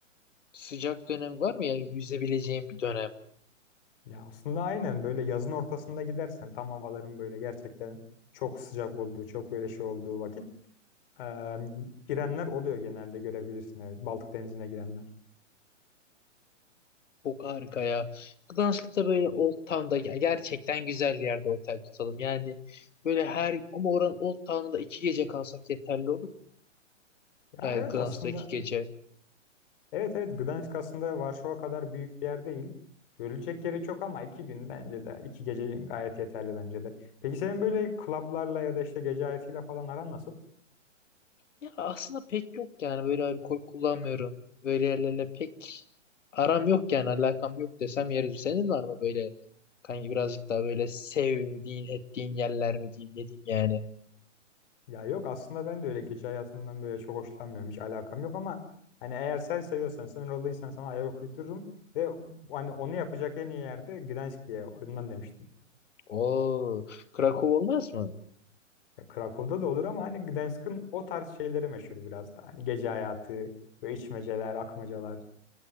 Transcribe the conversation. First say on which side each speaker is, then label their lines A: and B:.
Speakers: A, on the left; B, on the left.
A: Sıcak dönem var mı? Yani yüzebileceğim bir dönem.
B: Ya aslında aynen böyle yazın ortasında gidersen tam havaların böyle gerçekten çok sıcak olduğu, çok böyle şey olduğu vakit Ee, girenler oluyor genelde görebilirsin. Evet, Baltık Denizi'ne girenler.
A: Çok harika ya. Gdansk'ta böyle Old Town'da ya gerçekten güzel bir yerde otel tutalım. Yani böyle her ama oranın Old Town'da iki gece kalsak yeterli olur mu?
B: Ya
A: Yani
B: evet
A: Gdansk'ta
B: aslında.
A: iki gece.
B: Evet evet Gdansk aslında Varşova kadar büyük bir yer değil. Görülecek yeri çok ama iki gün bence de. iki gece gayet yeterli bence de. Peki senin böyle klablarla ya da işte gece hayatıyla falan aran nasıl?
A: Ya aslında pek yok yani böyle alkol kullanmıyorum. Böyle yerlerle pek aram yok yani alakam yok desem yeridir. Senin var mı böyle kanki birazcık daha böyle sevdiğin ettiğin yerler mi diyeyim ne diyeyim yani.
B: Ya yok aslında ben de öyle gece hayatından böyle çok hoşlanmıyorum. Hiç alakam yok ama hani eğer sen seviyorsan, sen rolluysan sana ayak uydururum. Ve hani onu yapacak en iyi yerde Gdansk diye oyundan demiştim.
A: Oo, Krakow olmaz mı?
B: Ya Krakow'da da olur ama hani Gdansk'ın o tarz şeyleri meşhur biraz da. Hani gece hayatı ve içmeceler, akmacalar.